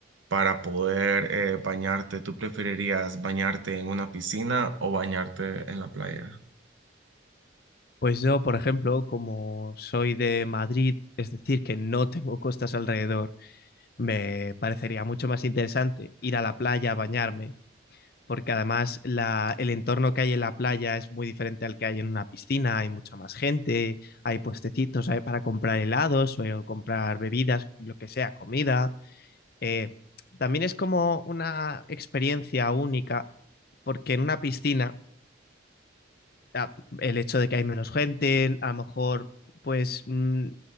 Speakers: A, on the right; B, on the left.
A: para poder eh, bañarte, ¿tú preferirías bañarte en una piscina o bañarte en la playa?
B: Pues yo, por ejemplo, como soy de Madrid, es decir, que no tengo costas alrededor, Me parecería mucho más interesante ir a la playa a bañarme, porque además la- el entorno que hay en la playa es muy diferente al que hay en una piscina, hay mucha más gente, hay puestecitos hay para comprar helados o comprar bebidas, lo que sea, comida. Eh, también es como una experiencia única, porque en una piscina, ah, el hecho de que hay menos gente, a lo mejor pues mm,